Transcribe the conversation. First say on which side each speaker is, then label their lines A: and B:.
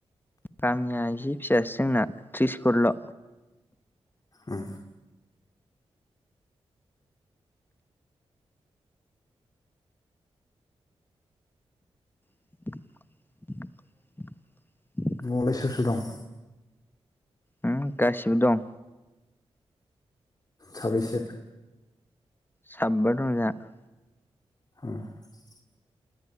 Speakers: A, on the left; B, on the left.
A: गामिया इसे फिसासो जोंना त्रिस घरल'
B: उम
A: <inaudible>
B: न'वावलाय सोर सोर दं?
A: हो गासिबो दं।
B: साबैसे?
A: साबबा दं जाहा
B: <inaudible>